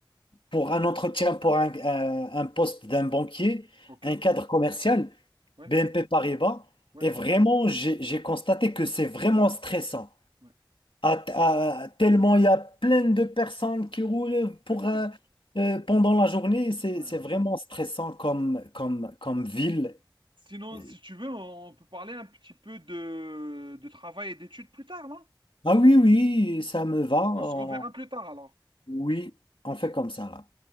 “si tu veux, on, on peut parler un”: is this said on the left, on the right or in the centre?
Right